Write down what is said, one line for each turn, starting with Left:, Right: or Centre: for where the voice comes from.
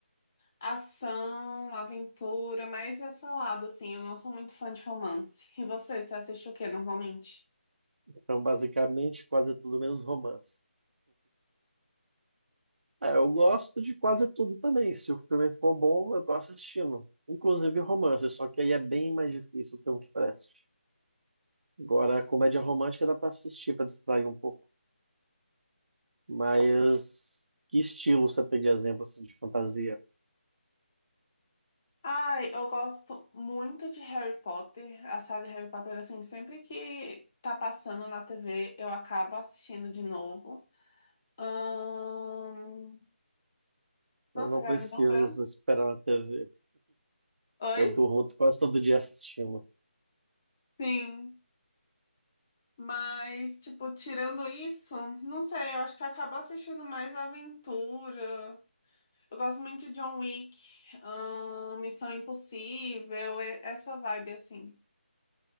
Left: ação, aventura, mais esse lado, assim, eu não sou muito fã de romance. E você, você assiste o que normalmente?
Right: Então, basicamente, quase tudo menos romance. É, eu gosto de quase tudo também. Se o filme for bom, eu tô assistindo. Inclusive romance, só que aí é bem mais difícil ter um que preste. Agora, comédia romântica dá pra assistir, pra distrair um pouco. Mas que estilo você tem de exemplo assim, de fantasia?
Left: Ai, eu gosto muito de Harry Potter, a saga Harry Potter, assim, sempre que tá passando na TV, eu acabo assistindo de novo. Ahn, Nossa,
Right: Eu não
Left: agora
Right: preciso
Left: me deu um branco.
Right: esperar na TV.
Left: Oi?
Right: Eu durmo quase todo dia assistindo.
Left: Sim. Mas, tipo, tirando isso, não sei, eu acho que acabo assistindo mais aventura. Eu gosto muito de John Wick, ahn, Missão Impossível, e- essa vibe assim.